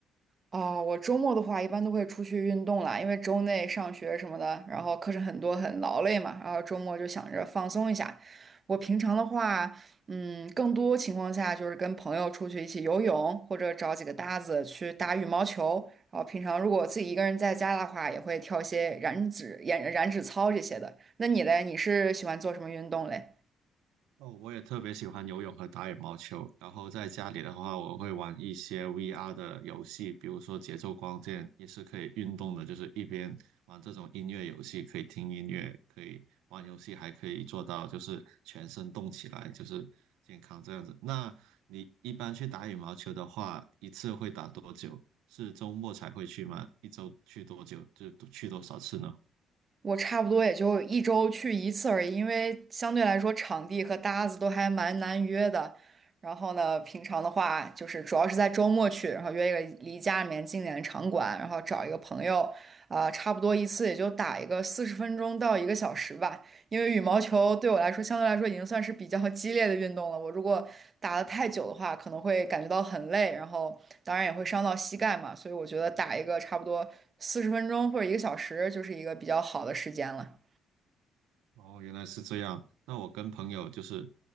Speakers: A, on the right (about 40°); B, on the right (about 80°).
A: 哦，我周末的话一般都会出去运动啦，因为周内上学什么的，然后课程很多，很劳累嘛，然后周末就想着放松一下。我平常的话，嗯，更多情况下就是跟朋友出去一起游泳，或者找几个搭子去打羽毛球。然后平常如果自己一个人在家的话，也会跳一些燃脂、燃燃脂操这些的。那你嘞，你是喜欢做什么运动嘞？
B: 哦，我也特别喜欢游泳和打羽毛球。然后在家里的话，我会玩一些 VR 的游戏，比如说节奏光剑，也是可以运动的，就是一边玩这种音乐游戏，可以听音乐，可以玩游戏，还可以做到就是全身动起来，就是健康这样子。那你一般去打羽毛球的话，一次会打多久？是周末才会去吗？一周去多久？就去多少次呢？
A: 我差不多也就一周去一次而已，因为相对来说场地和搭子都还蛮难约的。然后呢，平常的话就是主要是在周末去，然后约一个离家里面近点的场馆，然后找一个朋友，啊、差不多一次也就打一个四十分钟到一个小时吧。因为羽毛球对我来说相对来说已经算是比较激烈的运动了。我如果打的太久的话，可能会感觉到很累，然后当然也会伤到膝盖嘛。所以我觉得打一个差不多四十分钟或者一个小时，就是一个比较好的时间了。
B: 哦，原来是这样。那我跟朋友就是